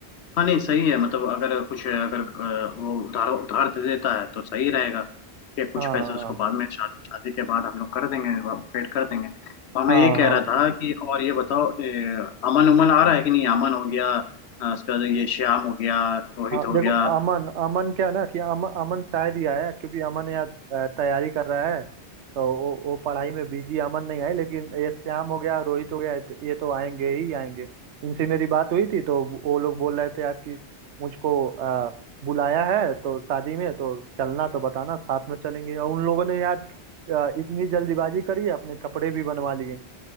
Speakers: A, on the left; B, on the right.
A: हाँ नहीं सही है मतलब अगर कुछ अगर अ, वो उधार उधार दे देता है तो सही रहेगा कि कुछ
B: हाँ
A: पैसे
B: हाँ
A: उसको बाद में शादी शादी के बाद हम लोग कर देंगे पेड कर देंगे और मैं
B: हाँ
A: ये कह
B: हाँ
A: रहा था कि और ये बताओ ए, अमन उमन आ रहा है कि नहीं अमन हो गया अ, उसके बाद ये श्याम हो गया रोहित
B: हाँ
A: हो
B: देखो
A: गया
B: अमन अमन क्या है ना कि अमन अमन शायद ही आया है, क्योंकि अमन यहाँ अ, तैयारी कर रहा है तो वो वो पढ़ाई में बिजी अमन नहीं आए लेकिन ये श्याम हो गया रोहित हो गया ये तो ये तो आएंगे ही आएंगे इनसे मेरी बात हुई थी तो वो लोग बोल रहे थे यार कि मुझको अ, बुलाया है तो शादी में तो चलना तो बताना साथ में चलेंगे और उन लोगों ने यार अ, इतनी जल्दीबाजी करी है अपने कपड़े भी बनवा लिए